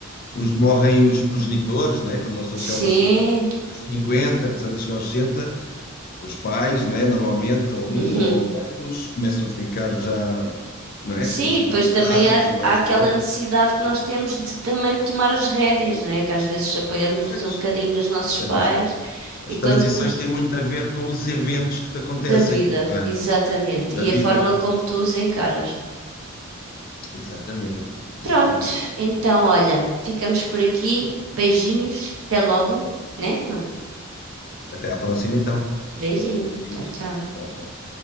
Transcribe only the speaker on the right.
sim.
Uhum.
Sim,
e
depois também há,
há aquela
necessidade que nós temos de também tomar as rédeas, né? Que às vezes apoiamos-nos
um
bocadinho nos nossos pais
e quando
come-
da vida,
exatamente,
e
a forma como tu os encaras.
Pronto,
então olha, ficamos por aqui. Beijinhos, até logo, né, mano?
Beijinho,
tchau, tchau.